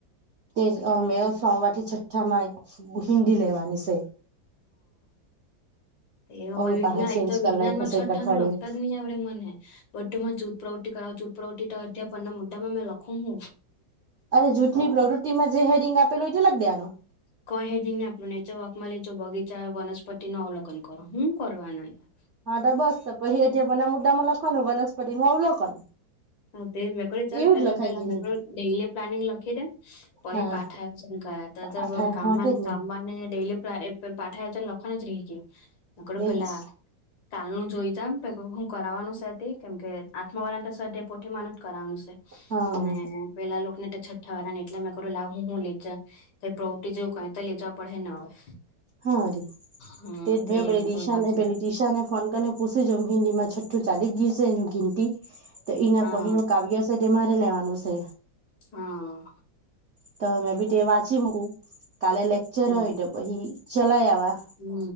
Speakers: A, on the right; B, on the left.
A: તે મે સોમવારથી છઠ્ઠા માં હિન્દી લેવાની છે.
B: હ
A: હવે
B: <unintelligible> વિજ્ઞા
A: પાહા ચેન્જ
B: એક તો
A: કરી
B: વિજ્ઞાનમાં
A: લાયખુ છે
B: છઠ્ઠા
A: એક અઠવાડિયે
B: નું લગતા જ નહીં આ વડે મને બધુમાં જૂથ પ્રવૃતિ કરાવ જૂથ પ્રવૃતિ તો અધ્યાપન ના મુદ્દામાં મેં લખો હું
A: અને જૂથની પ્રવૃત્તિમાં જે હેડિંગ આપેલું હોય તો લગ દેવાનું
B: કહી દ ને આપણું નેચર વર્ક માં લેજો બગીચા વનસ્પતિ નું અવલોકન કરો હું કરવા ન યાર
A: હા તો બસ તો પછ એથીપના આ મુદા મા લખવાનું વનસ્પતિનું અવલોકન.
B: હ તે મેક્રો ચાલ
A: એવું
B: પેલા
A: જ લખાય
B: પેલા
A: કે નહી
B: મેક્રો ડેઈલી પ્લાનિંગ લખી દેમ પછી
A: હા
B: પાઠ આયોજન કરા ત તો
A: આઠા
B: બોડું કામમાં
A: હા તે
B: ન
A: જ
B: કામ
A: ને
B: મ ડેલી પેલું પાઠ એને લખણ જ રહી ગયું હું કીધું
A: તેજ
B: પહેલા કાલનું જોઈ જામ પ હું કરાવવાનું છે હતી કેમ કે આઠમાવાળા સ્વાધ્યાયપોઠી માનું જ કરાવાનું છે.
A: હા
B: ને પેલા લોકોને તો છઠ્ઠા વાળા એટલે મેં કરું લાવું હું હું લેજ કઈ પ્રો ટી જેવું કંઈ ત લઈ જવા પડહે ને હવે
A: હા રી
B: હમ
A: તે મે બડ
B: મેં કીધું
A: નિશાને
B: લાવ ચાલ
A: પેલી દીશા ને ફોન કરીને પૂછી જોમ હિન્દીડી માં છઠ્ઠું ચાલી ગયુ છે એનું ઘિંટી એના
B: હા
A: પહીનું કાવ્ય છે તે મારે લેવાનું છે.
B: હા
A: તો મેં બી તે વાંચી મકું કાલે લેક્ચર
B: તે
A: હોયટ પછી ચલાઇ આવા
B: હમ